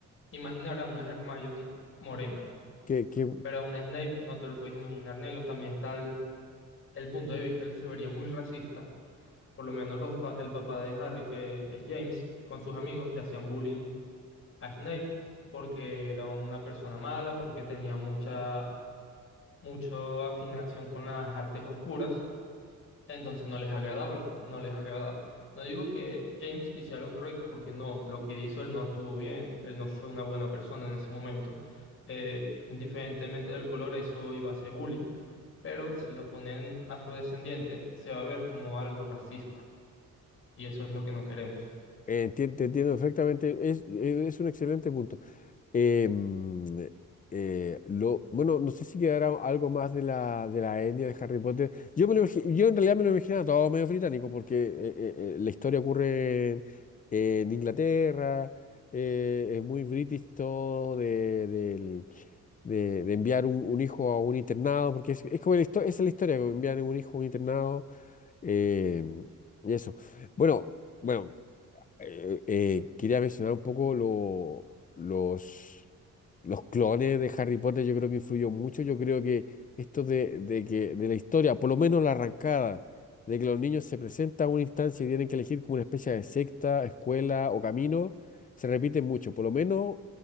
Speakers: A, on the left (about 45°); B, on the left (about 25°).
A: imaginar a una Hermione morena,
B: Que, que,
A: pero a una Snape no te lo puedes imaginar negro. También está el el punto de vista que se vería muy racista. Por lo menos los pa- el papá de Harry, que es James, con sus amigos le hacían bullying a Snape porque era una persona mala, porque tenía mucha, mucha afinación con las artes oscuras. Entonces no les agradaba, no les agradaba. No digo que James hiciera lo correcto porque no, lo que hizo él no estuvo bien, él no fue una buena persona en ese momento. Eh, indiferentemente del color, eso iba a ser bullying, pero si lo ponen afrodescendiente, se va a ver como algo racista y eso es lo que no queremos.
B: eh, enti- te entiendo perfectamente, es, eh, es un excelente punto. Eh, mm, eh, lo, bueno, no sé si quedará algo más de la, de la etnia de Harry Potter. Yo, me lo imagi- yo en realidad me lo imaginaba todo medio británico, porque eh, eh, eh, la historia ocurre en, en Inglaterra, eh, es muy british todo de, del- de, de enviar un, un hijo a un internado, porque es, es como la histo- esa es la historia, como enviar un hijo a un internado. eh, y eso. Bueno, bueno eh, eh, quería mencionar un poco lo- los, los clones de Harry Potter, yo creo que influyó mucho. Yo creo que esto de, de que de la historia, por lo menos la arrancada, de que los niños se presentan a una instancia y tienen que elegir como una especie de secta, escuela o camino, se repite mucho. Por lo menos